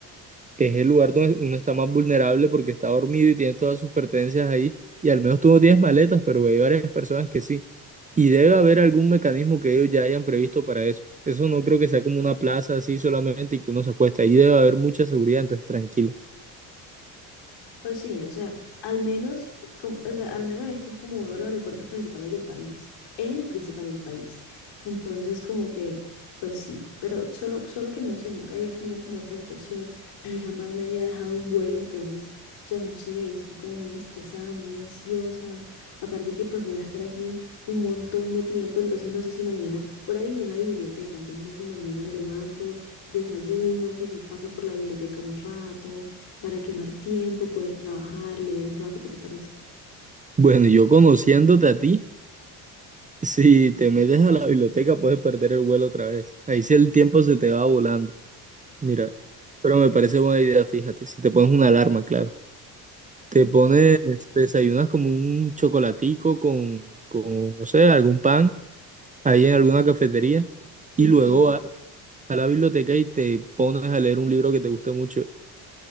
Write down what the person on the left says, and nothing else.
Pues sí, o sea, al menos, como- o sea, al menos este es como uno de los aeropuertos principales del país. Es el principal del país. Entonces, como que, pues sí, pero solo, solo que no sé, nunca había tenido como esta situación, ni jamás me había dejado un vuelo, entonces, o sea, no sé, estoy como muy estresada, muy ansiosa. Aparte que pues voy a estar aquí un montón de tiempo, entonces no sé si mañana, por ahí vi una biblioteca, entonces no sé si mañana me levanto, desayuno, quizás paso por la biblioteca un rato para quemar tiempo, poder trabajar, leer un rato, ¿qué te parece?
Ok,
ok,